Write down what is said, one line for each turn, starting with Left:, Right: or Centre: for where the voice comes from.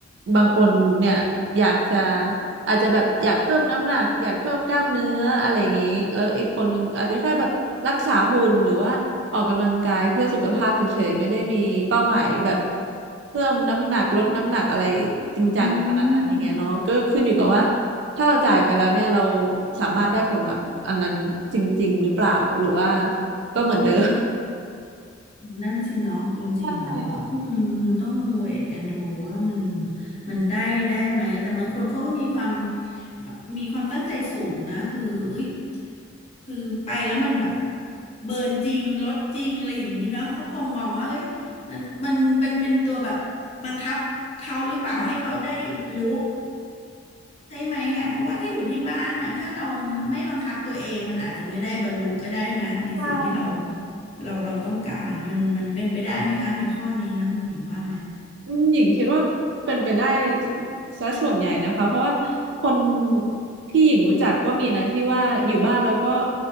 Right: บางคนเนี่ยอยากจะอาจจะแบบอยากเพิ่มน้ำหนักอยากเพิ่มกล้ามเนื้ออะไรอย่างนี้แล้วอีกคนหนึงอาจจะแค่แบบรักษาหุ่นหรือว่า ออกกำลังกายเพื่อสุขภาพเฉยๆไม่ได้มีเป้าหมายแบบเพิ่มน้ำหนักลดน้ำหนักอะไรจริงจังขนาดนั้นอย่างเงี้ยเนาะก็ขึ้นอยู่กับว่า
Left: อืม
Right: ถ้าเราจ่ายไปแล้วเนี่ยเราสามารถได้ผลลัพธ์อันนั้นจริงๆหรือเปล่าหรือว่าก็เหมือนเดิม
Left: นั่นสิเนาะจริงๆแล้วอ่ะอืมมันต้องเวทกันดูว่ามัน
Right: ใช
Left: มันได้ได้ไหมแต่บางคนเขาก็มีความมีความตั้งใจสูงนะคือเอ้ยคือไปแล้วมันแบบเบิร์นจริงลดจริงอะไรอย่างนี้เนาะเขาคงมองว่าเฮ้ยมันมันมันเป็นตัวแบบบังคับเขาหรือเปล่าให้เขาได้บรรลุ ใช่ไหมอ่ะเพราะว่าถ้าอยู่ที่บ้านนะถ้าเราไม่บังคับตัวเองมันอาจจะไม่ได้บรรลุก็ได้นะในสิ่งที่เรา
Right: ่ <laughs>
Left: เราเราต้องการมันมันเป็นไปได้ไหมคะในข้อนี้นะคุณหญิงว่าไหม
Right: อืมหญิงคิดว่าเป็นไปได้ซะส่วนใหญ่นะคะเพราะว่าคนที่หญิงรู้จักก็มีนะที่ว่าอยู่บ้านแล้วก็